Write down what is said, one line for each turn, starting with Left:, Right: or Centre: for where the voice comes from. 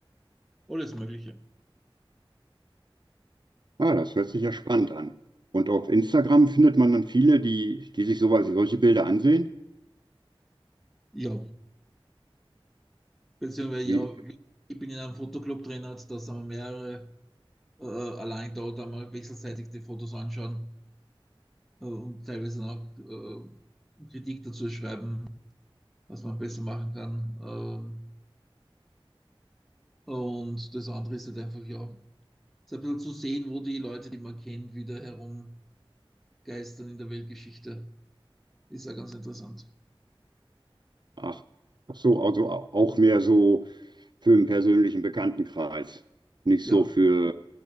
Centre: alles Mögliche.
Right: Ah, das hört sich ja spannend an. Und auf Instagram findet man dann viele, die, die sich sowas, solche Bilder ansehen.
Centre: Ja, beziehungsweise
Right: Wie,
Centre: ja, ich bin in einem Fotoclub drin, also da sind wir mehrere äh, allein da, da mal wechselseitig die Fotos anschauen äh, und teilweise auch äh, Kritik dazu schreiben, was man besser machen kann. ähm, und das andere ist halt einfach, ja, so ein bisschen zu sehen, wo die Leute, die man kennt, wieder herumgeistern in der Weltgeschichte. Ist ja ganz interessant.
Right: ach, ach so, also auch mehr so für einen persönlichen Bekanntenkreis. Nicht
Centre: Ja,
Right: so für